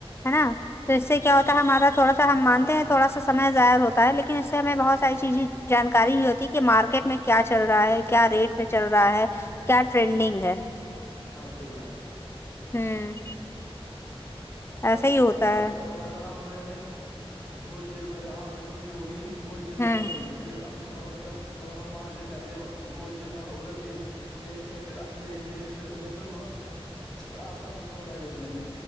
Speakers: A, on the left; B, in the centre.
A: ہے نا تو اس سے کیا ہوتا ہے ہمارا تھوڑا سا ہم مانتے ہیں تھوڑا سا سم ظر ہوتا ہے لیکن اس سے ہمیں بہت ساری چیزیں جانکاری بھی ہوتی ہے کہ مارکیٹ میں کیا چل رہا ہے کیا ریٹ پ چل رہا ہے کیا ٹرینڈنگ ہے
B: ہاں صحیح بات ہے
A: ہوں ایسا
B: اور
A: ہی ہوتا
B: اگر
A: ہے
B: اور اگر آن لائن میں جو چیز بلے آرڈر کی ہوگی وہ چیز
A: ہوں
B: غلط ہوگی پھر مطلب جب مطلب مارکیٹ جاتے ہیں وہ چیز مطلب ادھر دیک دیکھتے ہیں پھر لیتے ہیں پھر ادھر پھر مطلب آسان ہوتا ہے لینے میں